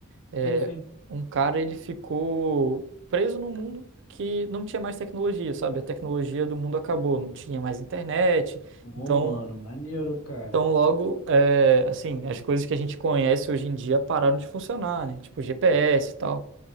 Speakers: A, on the right (about 60°); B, on the left (about 80°).
A: É,
B: Sim, sim.
A: um cara ele ficou preso num mundo que não tinha mais tecnologia, sabe? A tecnologia do mundo acabou, não tinha mais internet.
B: Bom,
A: Então,
B: mano, maneiro, cara.
A: então logo, é, assim, as coisas que a gente conhece hoje em dia pararam de funcionar, né? Tipo GPS e tal.